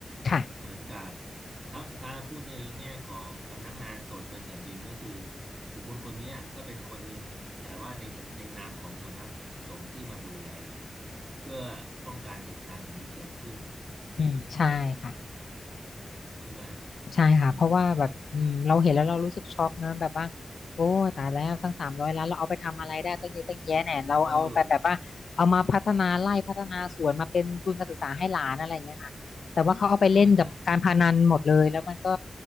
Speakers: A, on the left (about 80°); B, on the right (about 45°).
A: ค่ะ
B: เหมือนกับถ้าถ้าพูดในแง่ของสำนักงานตรวจเงินแผ่นดินก็คือบุคคลคนเนี้ยก็เป็นคนหนึ่งแต่ว่าในในนามของสำนักสงฆ์ที่มาดูแลเพื่อป้องกันเหตุการณ์อย่างนี้เกิดขึ้น
A: อืมใช่ค่ะ
B: ใช่ไหม
A: ใช่ค่ะเพราะว่าแบบอืมเราเห็นแล้วเรารู้สึกช็อกนะแบบว่าโอ้ยตายแล้วตั้งสามร้อยล้านเราเอาไปทำอะไรได้ตั้งเยอะตั้งแยะเนี่ยเราเอาไปแบบว่าเอามาพัฒนาไร่พัฒนาสวนมาเป็นทุนการศึกษาให้หลานอะไรอย่างเงี้ยค่ะแต่ว่าเขาเอาไปเล่นกับการพนันหมดเลยแล้วมันก็
B: อืมเออใช่ใช่ใช่